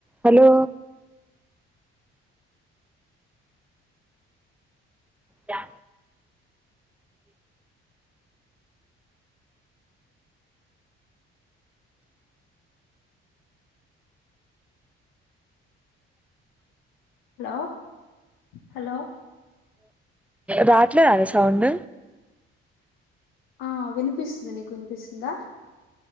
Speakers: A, in the centre; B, on the left (about 80°).
A: Hello. దా.
B: Hello hello.
A: రాట్లేదానే sound.
B: ఆహ్ వినిపిస్తుంది నీకు వినిపిస్తుందా.